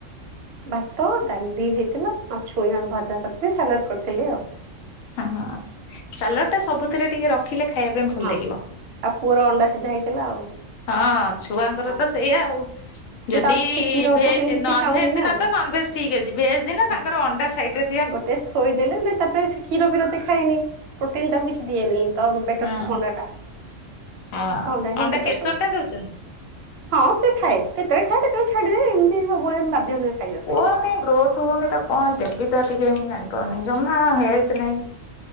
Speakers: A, on the right; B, on the left.
A: ଭାତ ଡାଲି ହେଇଥିଲା ଆଉ ଛୁଇଁ ଆଳୁ ଭଜା କରିଥିଲି ସାଲାଡ କରିଥିଲି ଆଉ।
B: ହଁ ହଁ ସାଲଡ଼ ଟା ସବୁଥିରେ ଟିକେ ରଖିଲେ ଖାଇବା ପାଇଁ ଭଲ
A: ହଁ
B: ଲାଗିବ।
A: ଆଉ ପୁଅର ଅଣ୍ଡା ସିଝା ହେଇଥିଲା ଆଉ।
B: ହଁ ଛୁଆଙ୍କର
A: ହଁ
B: ତ ସେଇଆ ଆଉ।
A: ସେ
B: ଯଦି
A: ତ ଆଉ କିଛି କ୍ଷୀର
B: ଭେଜ
A: ପ୍ରୋଟିନ କିଛି
B: ନନ
A: ଖାଉନି
B: ଭେଜ ଦିନ
A: ନା
B: ତ ନନ ଭେଜ ଠିକ ଅଛି ଭେଜ ଦିନ
A: ହଁ
B: ତାଙ୍କର ଅଣ୍ଡା ସାଇଟରେ
A: ଗୋଟେ ଥୋଇଦେଲେ ମାନେ ତାପରେ ସେ କ୍ଷୀର ଫୀର ତ ଖାଏନି ପ୍ରୋଟିନ ତାକୁ କିଛି ଦିଏନି। ତ ବେଟର
B: ହୁଁ
A: ସବୁଠୁ ଅଣ୍ଡା ଟା
B: ହଁ
A: ତ ଅଣ୍ଡା ହିଁ ବେଟର
B: କେଶର
A: ସବୁଠୁ।
B: ଟା ଦଉଛନ୍ତି?
A: ହଁ ସେ ଖାଏ କେତେବେଳେ ଖାଏ କେତବେଳେ ଛାଡିଯାଏ ଏମିତି ସବୁବେଳେ ବାଧ୍ୟ ନୁହେଁ। ଖାଇବା ପାଇଁ।
B: ପୁଅର କାଇହିଁ ଗ୍ରୋଥ ହଉନି ତାକୁ କଣ ଦେବି ତ ଟିକେ ଜାଣିପାରୁନି ଜମା ହେଲ୍ଥ ନାଇଁ।